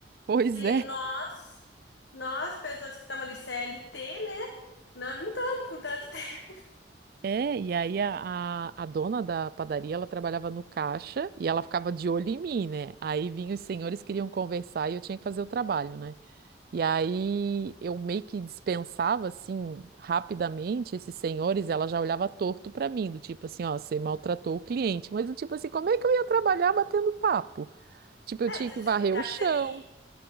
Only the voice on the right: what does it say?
Pois
é.
É, e aí a, a, a dona da padaria, ela trabalhava no caixa e ela ficava de olho em mim, né? Aí vinham os senhores queriam conversar e eu tinha que fazer o trabalho, né? E aí eu meio que dispensava, assim, rapidamente esses senhores, ela já olhava torto pra mim, do tipo assim, ó, você maltratou o cliente. Mas do tipo assim, como é que eu ia trabalhar batendo papo? Tipo, eu
tinha
que
varrer
o chão.